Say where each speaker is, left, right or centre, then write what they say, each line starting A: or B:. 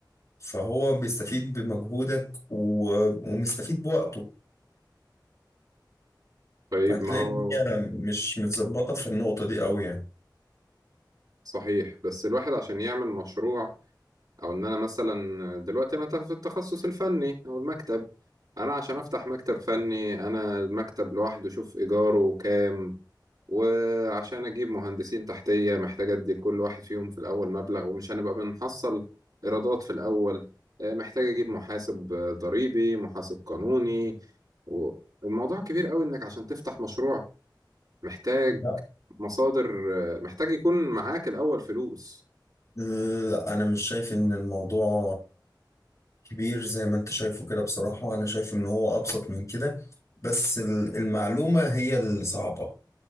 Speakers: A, on the left; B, on the right.
A: فهو بيستفيد بمجهودك و- ومستفيد بوقته
B: طيب
A: فهتلاقي
B: ما هو
A: الدنيا مش متظبطة في النقطة دي قوي يعني
B: صحيح بس الواحد عشان يعمل مشروع او ان انا مثلا دلوقتي انا في التخصص الفني او المكتب انا عشان افتح مكتب فني انا المكتب لوحده شوف ايجاره كام وعشان اجيب مهندسين تحتيه محتاج ادي لكل واحد فيهم في الاول مبلغ ومش هنبقى بنحصل ايرادات في الاول آه، محتاج اجيب محاسب آه، ضريبي محاسب قانوني والموضوع كبير قوي انك عشان تفتح مشروع محتاج
A: لا
B: مصادر آه، محتاج يكون معاك الاول فلوس
A: لا انا مش شايف ان الموضوع كبير زي ما انت شايفه كده بصراحة انا شايف ان هو ابسط من كده بس ال- المعلومة هي الصعبة